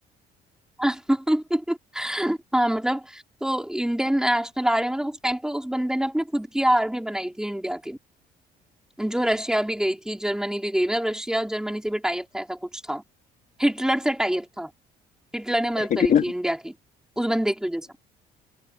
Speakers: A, in the centre; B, on the left (about 50°).
A: <laughs> हाँ मतलब तो इंडियन नेशनल आर्मी मतलब उस टाइम पे उस बंदे ने अपनी खुद की आर्मी बनाई थी इंडिया की जो रशिया भी गई थी जर्मनी भी गई मतलब रशिया और जर्मनी से भी टाई अप था ऐसा कुछ था हिटलर से टाई अप था हिटलर ने
B: ठीक
A: मदद करी
B: है ना
A: थी इंडिया की उस बंदे की वजह से